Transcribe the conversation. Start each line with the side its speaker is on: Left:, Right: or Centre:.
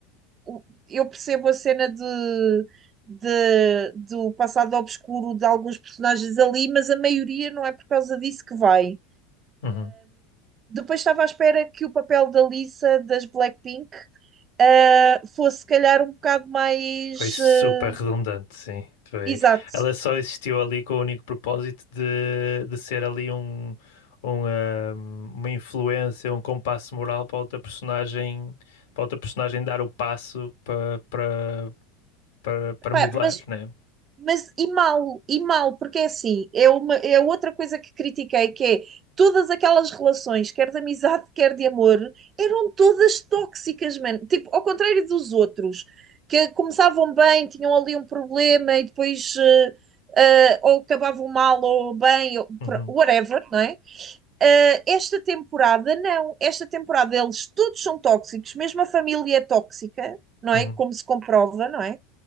Right: o- eu percebo a cena de. de- do passado obscuro de alguns personagens ali, mas a maioria não é por causa disso que vai.
Left: uhum. uhum.
Right: Depois estava à espera que o papel da Lisa das Blackpink ah, fosse, se calhar, um bocado mais
Left: Foi super
Right: ah,
Left: redundante, sim. Foi...
Right: exato.
Left: Ela só existiu ali com o único propósito de, de ser ali um, um, ah, uma influência, um compasso moral para outra personagem, para outra personagem dar o passo para, para, para, para
Right: Pá,
Left: mudar,
Right: mas,
Left: né?
Right: mas e mal, e mal, porque é assim, é, uma, é outra coisa que critiquei, que é todas aquelas relações, quer de amizade, quer de amor, eram todas tóxicas, mano. Tipo, ao contrário dos outros, que começavam bem, tinham ali um problema e depois eh, eh, ou acabavam mal ou bem, ou,
Left: Uhum,
Right: whatever, não é? Uh, esta temporada, não. Esta temporada eles todos são tóxicos, mesmo a família é tóxica, não
Left: uhum,
Right: é? Como se comprova, não é?